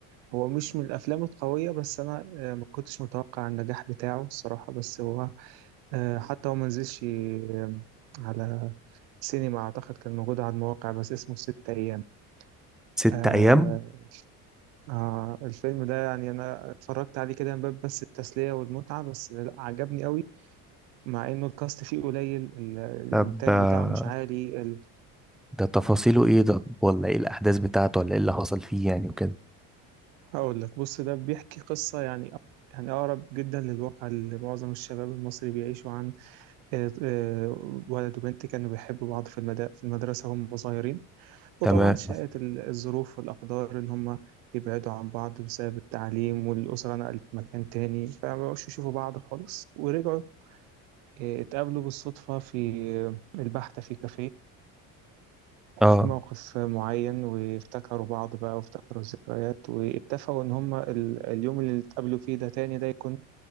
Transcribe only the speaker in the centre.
ست
ايام
طب
آه،
ده تفاصيله ايه ده ولا ايه الاحداث بتاعته ولا ايه اللي حصل فيه يعني وكده
تمام
اه